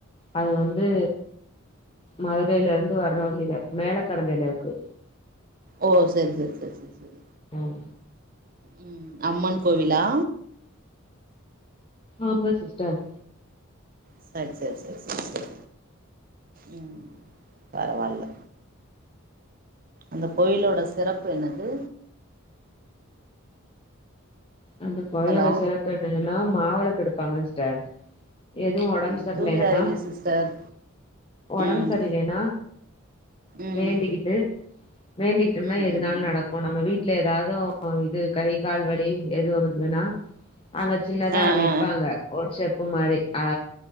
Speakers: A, on the left (about 25°); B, on the right (about 40°).
A: அது வந் வந்து மதுரையிலருந்து வர்ற வழியில மேல கரந்தையில இருக்கு
B: ஓ செரி செரி செரி செரி செரி
A: உம்
B: உம் அம்மன் கோவிலா
A: ஆமா சிஸ்டர்
B: சரி சரி சரி சரி சரி உம் பரவாயில்ல அந்த கோயிலோட சிறப்பு என்னது
A: அந்த கோயிலோட
B: ஹலோ
A: சிறப்பு என்னதுனா மாவெளக்கு எடுப்பாங்கா சிஸ்டர் எதுவும் உடம்பு
B: சரி சரி
A: சரியலனா
B: தூங்கிறாதீங்க சிஸ்டர்
A: உடம்பு
B: ம்
A: சரியலனா
B: ம்
A: வேண்டிக்கிட்டு வேண்டிக்கிட்டோம்னா
B: ம்
A: எதனால
B: ம் ம் ம்
A: நடக்கும் நம்ம வீட்டு இல்ல ஏதாவது இது கை கால் வலி எது ஒண்ணதுண்ணா அங்க சின்னதா
B: ஆ
A: விப்பாங்க
B: ஆ
A: ஒருஷ குமாரி அ